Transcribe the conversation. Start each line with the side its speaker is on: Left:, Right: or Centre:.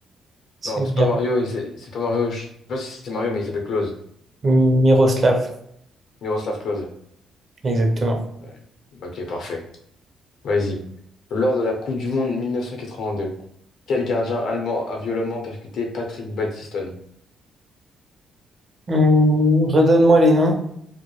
Right: C'est
Left: Non, c'est
Right: Mir-
Left: pas Mario, il s'est- c'est pas Mario. Je sais pas si c'est Mario, mais il s'appelle Klose.
Right: Miroslav.
Left: Miroslav Klose.
Right: Exactement.
Left: Ouais. Ok, parfait. Vas-y. Lors de la Coupe du Monde 1982, quel gardien allemand a violemment percuté Patrick Battiston?
Right: Hum, redonne-moi les noms.